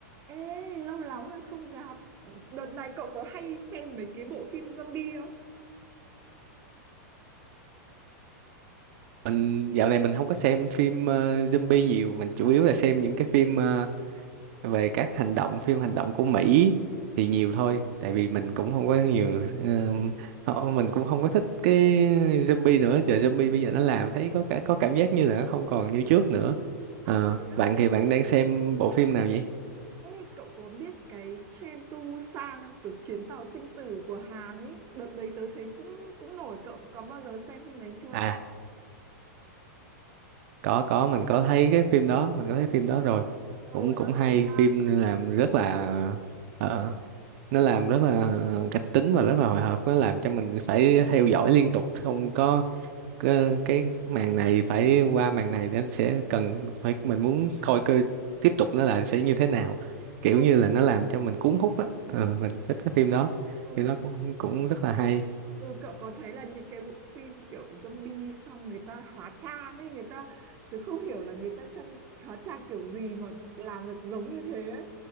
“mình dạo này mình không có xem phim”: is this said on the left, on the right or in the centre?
Right